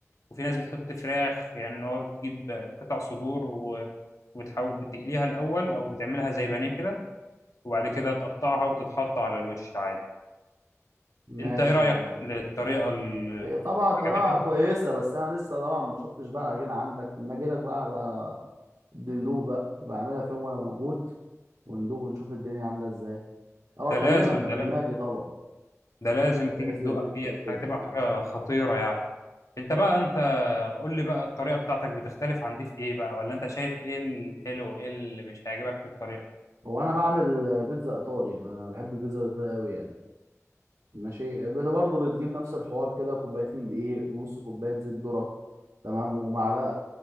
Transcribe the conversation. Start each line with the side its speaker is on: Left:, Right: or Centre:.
Left: وفي ناس بتحط فراخ يعني إن هو بتجيب قطع صدور و... وبتحاول بتقليها الاول او بتعملها زي بانيه كده وبعد كده تقطعها وتتحط على الوش عادي
Right: ماشي
Left: انت ايه رايك
Right: يا عم
Left: للطريقه اللي
Right: هي طبعا طريقة
Left: عجبتك
Right: كويسة بس انا لسه طبعا ما شفتش بقى العجينة عندك لما اجي لك بقى بقى ندوق بقى يبقى اعملها في يوم وانا موجود وندوق ونشوف الدنيا عاملة ازاي هو
Left: ده
Right: اكلمك
Left: لازم
Right: قبل
Left: ده لازم
Right: ما اجي طبعا
Left: ده لازم تيجي
Right: جهز
Left: تدوقها
Right: لي البيتزا
Left: ديت
Right: وكده
Left: حاجه تبقى حاجه خطيره يعني انت بقى انت قول لي بقى الطريقه بتاعتك بتختلف عن دي في ايه بقى ولا انت شايف ايه الحلو وايه اللي مش هيعجبك في الطريقه
Right: هو انا بعمل بيتزا ايطالي انا بحب البيتزا الايطالي قوي يعني ماشي بت- برضه بتجيب نفس الحوار كده كوبايتين دقيق ونص كوبايه زيت ذره تمام ومعلقه